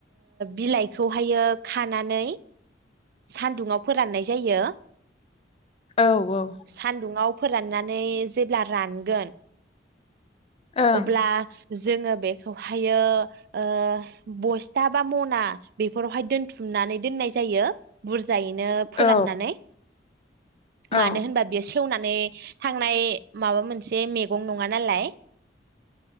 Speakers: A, on the right; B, on the left.
A: बिलाइखौहायो खानानै सानदुङाव फोराननाय जायो‌।
B: औ औ
A: सान्दुंङाव फोराननानै जेब्ला रानगोन
B: ओं
A: अब्ला जोङो बेखौहायो ओ बस्था बा मना बेफोरावहाय दोनथुमनानै दोननाय जायो। बुरज मोजायैनो फोराननानै
B: औ औ
A: मानो होनबा बे सेवनानै थांनाय माबा मोनसे मैगं नङा नालाय।